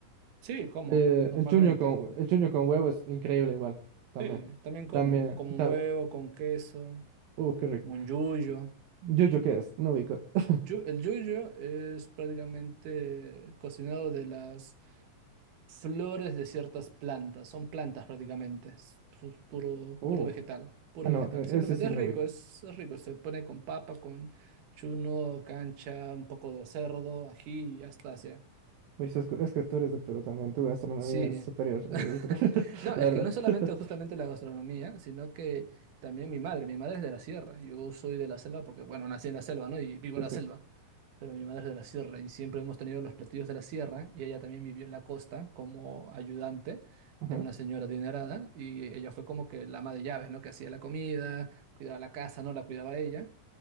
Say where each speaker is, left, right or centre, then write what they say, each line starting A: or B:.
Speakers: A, on the right (about 70°); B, on the right (about 80°).
A: Sí, como,
B: Eh,
A: normalmente.
B: el chuño con, el chuño con huevo es increíble igual, también.
A: Sí, también como,
B: También,
A: como
B: tam-
A: un huevo, con queso,
B: uh, qué rico.
A: un yuyo.
B: Yuyo, ¿qué es? No ubico. <laughs>
A: Yu- el yuyo es prácticamente cocinado de las flores de ciertas plantas, son plantas prácticamente, es pu- puro,
B: Uh,
A: puro vegetal, puro
B: ah, no,
A: vegetal.
B: e-
A: Simplemente
B: ese sí
A: es
B: no
A: rico,
B: ubico.
A: es, es rico, se pone con papa, con chuno, cancha, un poco de cerdo, ají y hasta así.
B: Uy, es, que es que tú eres de Perú también, tu gastronomía
A: Sí.
B: es superior,
A: <laughs>
B: es-
A: No,
B: <laughs> la
A: es
B: verdad.
A: que no solamente
B: <laughs>
A: justamente la gastronomía, sino que también mi madre. Mi madre es de la sierra. Yo soy de la selva porque, bueno, nací en la selva, ¿no? Y vivo
B: Sí,
A: en la
B: sí.
A: selva. Pero mi madre es de la sierra y siempre hemos tenido los platillos de la sierra y ella también vivió en la costa como ayudante
B: ajá.
A: de una señora adinerada y ella fue como que la ama de llaves, ¿no? Que hacía la comida, cuidaba la casa, ¿no? La cuidaba ella,